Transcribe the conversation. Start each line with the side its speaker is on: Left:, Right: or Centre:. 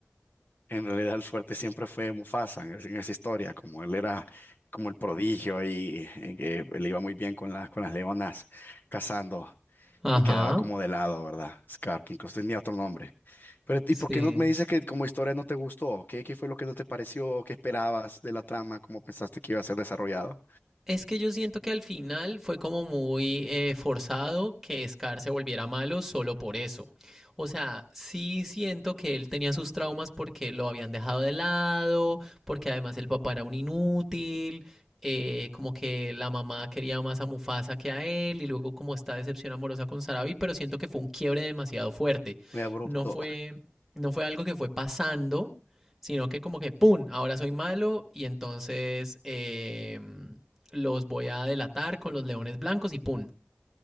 Left: En realidad el fuerte siempre fue Mufasa en, esa en esa historia, como él era como el prodigio y, eh, que le iba muy bien con, las con las leonas cazando.
Centre: Ajá.
Left: Y quedaba como de lado, ¿verdad? Scar, que incluso tenía otro nombre. Pero, ¿y
Centre: Sí.
Left: por qué no me dices que como historia no te gustó? ¿Qué, qué fue lo que no te pareció? ¿Qué esperabas de la trama? ¿Cómo pensaste que iba a ser desarrollado?
Centre: Es que yo siento que al final fue como muy eh, forzado que Scar se volviera malo solo por eso. O sea, sí siento que él tenía sus traumas porque lo habían dejado de lado, porque además el papá era un inútil, eh, como que la mamá quería más a Mufasa que a él, y luego como esta decepción amorosa con Sarabi, pero siento que fue un quiebre demasiado fuerte.
Left: Muy abrupto.
Centre: No fue, no fue algo que fue pasando, sino que como que, ¡pum!, ahora soy malo y entonces... em, los voy a delatar con los leones blancos y pum,